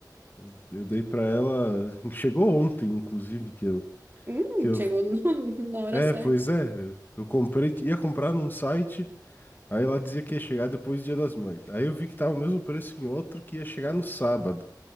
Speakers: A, on the left; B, on the right.
A: Eu, eu dei pra ela, chegou ontem inclusive que eu
B: Hum,
A: que eu
B: chegou no- <laughs> na hora
A: é,
B: certa.
A: é, pois é, eu, eu comprei, ia comprar num site Aí lá dizia que ia chegar depois do Dia das Mães. Aí eu vi que tava o mesmo preço em outro que ia chegar no sábado.